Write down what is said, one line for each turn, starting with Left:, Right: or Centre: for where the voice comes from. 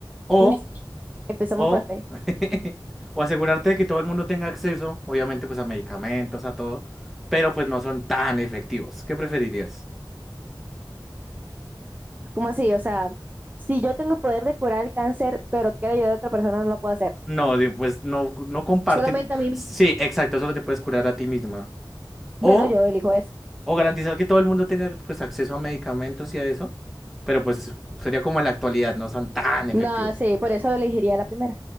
Centre: o
Right: Uy, empezamos
Centre: O,
Right: fuerte.
Centre: <laughs> o asegurarte de que todo el mundo tenga acceso, obviamente, pues a medicamentos, a todo, pero pues no son tan efectivos. ¿Qué preferirías?
Right: ¿Cómo así? O sea, si yo tengo el poder de curar el cáncer, pero quiero ayudar a otra persona, no lo puedo hacer.
Centre: No, di- pues no, no compartir.
Right: Solamente a mí misma.
Centre: Sí, exacto, solo te puedes curar a ti misma. O,
Right: Bueno, yo elijo eso.
Centre: o garantizar que todo el mundo tenga pues acceso a medicamentos y a eso, pero pues sería como en la actualidad, no son tan efectivos.
Right: No, sí, por eso elegiría la primera.